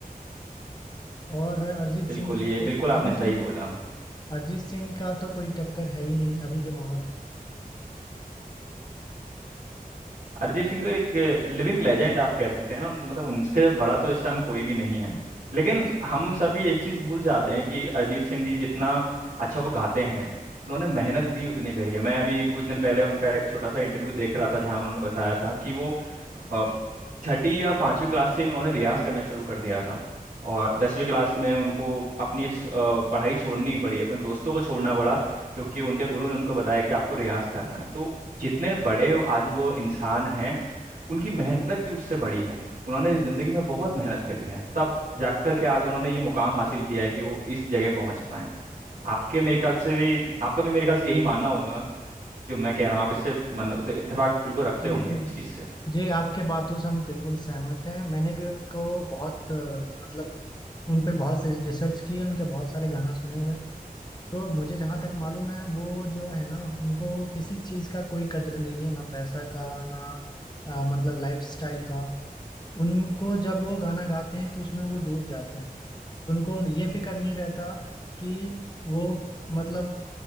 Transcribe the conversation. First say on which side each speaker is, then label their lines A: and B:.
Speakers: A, on the left; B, on the right.
A: और अरिजीत
B: बिल्कुल
A: सिंह की
B: ये
A: तो
B: बिल्कुल आपने
A: अभी
B: सही
A: के
B: बोला
A: अरिजीत सिंह का तो कोई टक्कर है ही नहीं अभी के माहौल में
B: अरिजीत सिंह तो एक लिविंग लेजेंड आप कह सकते हैं ना उनको मतलब उनसे बड़ा तो इस टाइम कोई भी नहीं है लेकिन
A: जी
B: हम सभी एक चीज भूल जाते हैं कि अरिजीत सिंह जी जितना अच्छा वो गाते हैं उन्होंने मेहनत भी उतनी करी है मैं अभी कुछ दिन पहले उनका एक छोटा सा इंटरव्यू देख रहा था जहां उन्होंने बताया था कि वो अ, छठी या पांचवी क्लास से उन्होंने रियाज करना शुरू कर दिया था और दसवीं क्लास में उनको अपनी इस, अ, पढ़ाई छोड़नी पड़ी अपने दोस्तों को छोड़ना पड़ा क्योंकि उनके गुरु ने उनको बताया कि आपको रियाज करना है तो जितने बड़े आज वो इंसान हैं उनकी मेहनत भी उससे बड़ी है उन्होंने जिंदगी में बहुत मेहनत करी है तब जाकर के आज उन्होंने ये मुकाम हासिल किया है कि वो इस जगह पहुंच पाए आपके मेरे ख्याल से भी आपका भी मेरे ख्याल से यही मानना होगा जो मैं कह रहा हूँ आप इससे मन इतफाक बिल्कुल रखते
A: जी
B: होंगे
A: जी
B: इस चीज से
A: जी आपके बातों से हम बिल्कुल सहमत हैं मैंने भी उनको बहुत अ, मतलब उन पे बहुत से रिसर्च किए उनके बहुत सारे गाना सुने हुए हैं। तो मुझे जहाँ तक मालूम है वो जो है ना उनको किसी चीज़ का कोई कद्र नहीं है ना पैसा का ना अ, मतलब लाइफ स्टाइल का उनको जब वो गाना गाते हैं तो उसमें वो डूब जाते हैं उनको ये फिक्र नहीं रहता कि वो मतलब